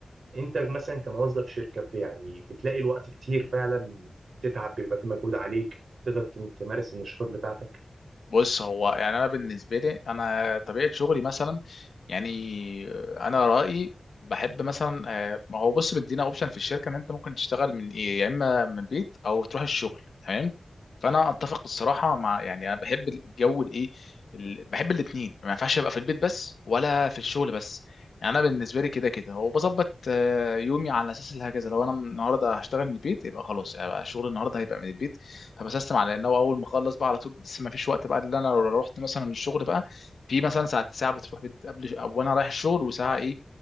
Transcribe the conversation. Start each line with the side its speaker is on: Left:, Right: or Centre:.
Right: انت مثلا كموظف شركه ب- يعني بتلاقي الوقت كتير فعلا تتعب بيبقى في مجهود عليك تقدر تمارس النشاطات بتاعتك
Left: بص هو يعني انا بالنسبه لي انا طبيعه شغلي مثلا يعني انا رايي بحب مثلا آه، ما هو بص مدينا اوبشن في الشركه ان انت ممكن تشتغل من ايه يا اما من بيت او تروح الشغل تمام فانا اتفق الصراحه مع يعني انا بحب الجو الايه ال- بحب الاثنين ما ينفعش ابقى في البيت بس ولا في الشغل بس يعني انا بالنسبه لي كده كده وبظبط آه، يومي على اساس هكذا لو انا النهارده هشتغل من البيت يبقى خلاص يبقى شغل النهارده هيبقى من البيت فبسستم على ان هو اول ما اخلص بقى على طول لسه ما فيش وقت بقى اللي انا لو رحت مثلا الشغل بقى في مثلا ساعه ساعه بتروح بيت قبل او انا رايح الشغل وساعه ايه